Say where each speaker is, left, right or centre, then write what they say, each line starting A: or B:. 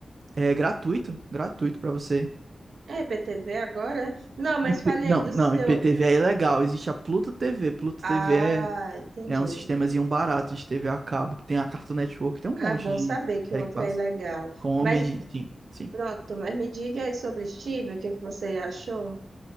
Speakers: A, on the right; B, on the right.
A: é, gratuito, gratuito pra você.
B: É é P T V agora? é? Não, mas
A: IP
B: fale
A: não,
B: aí do
A: não,
B: seu.
A: IPTV é ilegal. Existe a Pluto TV. Pluto
B: Ah,
A: TV é,
B: entendi.
A: é um sistemazinho barato de TV a cabo, que tem a Cartoon Network, tem um
B: Ah,
A: monte
B: bom
A: de
B: saber que
A: série
B: o outro
A: que passa.
B: é ilegal.
A: Comedy,
B: Mas
A: sim, sim.
B: pronto, mas me diga aí sobre Steven, o que é que você achou?